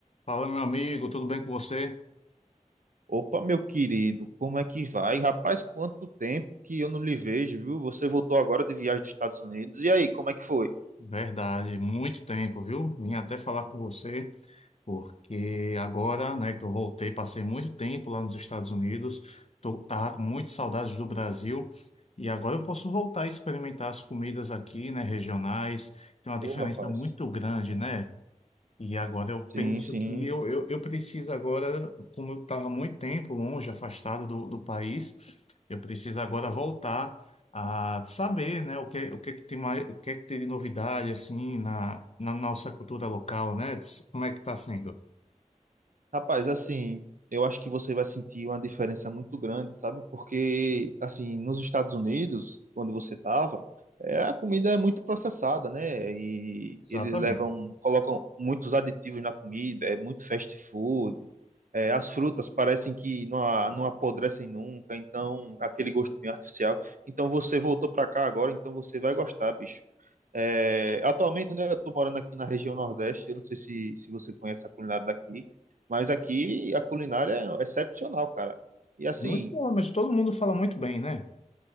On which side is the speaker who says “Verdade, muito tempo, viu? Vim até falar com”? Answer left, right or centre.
Left